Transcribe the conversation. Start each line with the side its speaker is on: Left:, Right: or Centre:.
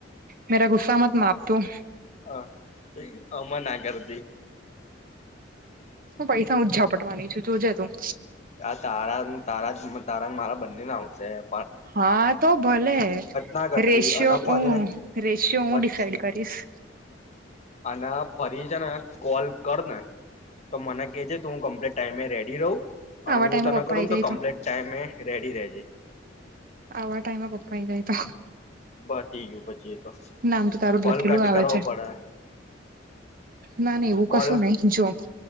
Right: મેરા ગુસ્સા મત માપ તું
Left: હા આમા ના કરદી
Right: હું પૈસાઓજ જાપટવાની છું, જોજે તું.
Left: આ તારા ન તારા જ તારા ને મારા બંનેના વચ્ચે એમ.
Right: હા તો ભલે
Left: ના કરતી
Right: રેશિયો
Left: અને
Right: હું
Left: ફરે
Right: રેશિયો હું
Left: વચ
Right: ડીસાઇડ કરીશ.
Left: અને ફરી છે ને કોલ કર ને તો મને કેજે તું હું કમ્પ્લીટ ટાઈમે રેડી રહું
Right: આવા
Left: અને હું
Right: ટાઈમે
Left: તને
Right: પપ્પા
Left: કરુંને
Right: આઈ
Left: તો
Right: જાય
Left: કમ્પ્લીટ ટાઈમે રેડી રહેેજે.
Right: આવા ટાઈમેં પપ્પાની આય તો
Left: બતી ગયું પછીએ તો
Right: નામ તો તારું જ
Left: કોલ
Right: લખેલું
Left: કટ
Right: આવે
Left: કરવો
Right: છે.
Left: પડે
Right: ના ના એવું કશું
Left: કોલ
Right: નહી જો